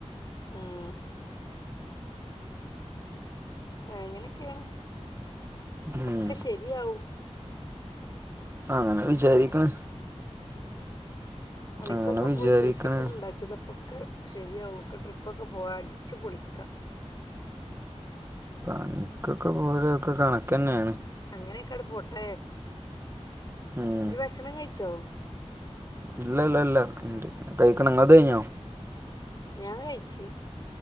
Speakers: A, on the left (about 35°); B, on the right (about 20°).
A: ഉം എങ്ങനെക്കെയാണ്
B: ഉം
A: ഒക്കെ ശരിയാവും
B: അങ്ങനെ വിചാരിക്ക്ണ്
A: ഏ പണിക്കൊക്കെ
B: അങ്ങനെ വിചാരിക്ക്ണ്
A: പോയി പൈസൊക്കെട്ണ്ടാക്കിക്കൂടെപ്പം. ഒക്കെ ശെരിയാവും ഒക്കെ ട്രിപ് പ്പൊക്കെ പോവ അടിച്ച് പൊളിക്ക.
B: പണിക്കൊക്കെ പോരും ഒക്കെ കണക്കെന്നാണ്.
A: അങ്ങനെക്കാട് പോട്ടെ.
B: ഉം
A: ജ് ഭക്ഷണം കഴിച്ചോ
B: ഇല്ല ഇല്ല ഇല്ല ണ്ട് കഴിക്കണം ഇങ്ങൾതയ്ഞ്ഞോ?
A: ഞാൻ കഴിച്ച്.